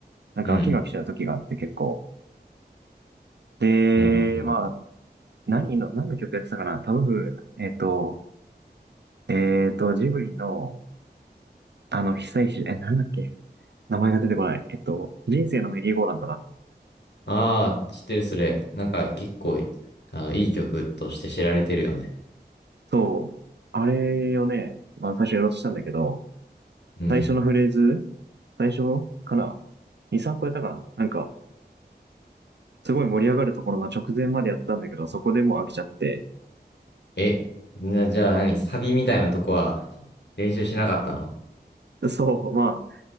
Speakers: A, on the right; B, on the left.
A: なんか飽きが来ちゃう時があって結構。
B: う。うん。
A: で、
B: なるほど。
A: まあ、何の、何の曲やってたかなタブ譜、えっと、えっと、ジブリの、あの、久石、え、なんだっけ名前が出てこない。えっと、人生のメリーゴーランドだ。
B: ああ、知ってるそれ。なんか結構、あの、いい曲として知られてるよね。
A: そう。あれをね、まあ最初やろうとしたんだけど、
B: うん。
A: 最初のフレーズ、最初かな ?2、3個やったかななんか、すごい盛り上がるところの直前までやったんだけど、そこでもう飽きちゃって。
B: え、な、じゃあ何サビみたいなとこは練習しなかったの
A: そう、ま